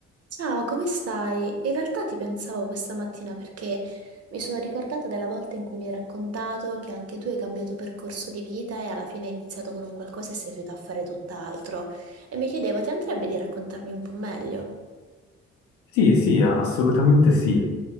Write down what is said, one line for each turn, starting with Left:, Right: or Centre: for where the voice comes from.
Right: Ciao, come stai? In realtà ti pensavo questa mattina perché mi sono ricordata della volta in cui mi hai raccontato che anche tu hai cambiato percorso di vita e alla fine hai iniziato con un qualcosa e sei riuscita a fare tutt'altro. E mi chiedevo, ti andrebbe di raccontarmi un po' meglio?
Left: Sì, sì, assolutamente sì.